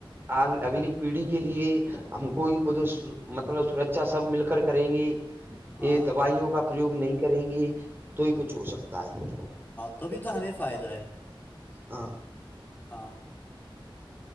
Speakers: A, on the right; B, on the left.
A: آ اگلی پیڑھی کے لیے ہم کو خود مطلب سرکچا سب مل کر کریں گی
B: ہاں
A: یہ دوائیوں کا پرریوگ نہیں کریں گے تو ہی کچھ ہو سکتا ہے
B: تا بھی تو ہمیں فائدہ ہے
A: ہاں
B: ہاں